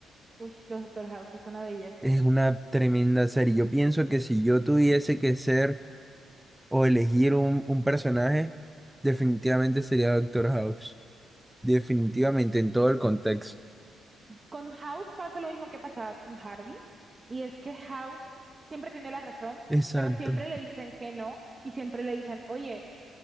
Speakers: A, on the right (about 25°); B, in the centre.
A: Uy, los Doctor House es una belleza.
B: Es una tremenda serie. Yo pienso que si yo tuviese que ser o elegir un, un personaje, definitivamente sería Doctor House. Definitivamente, en todo el contexto.
A: Con House pasa lo mismo que pasaba con Harvey, y es que House siempre tiene la razón,
B: Exacto.
A: pero siempre le dicen que no, y siempre le dicen, oye,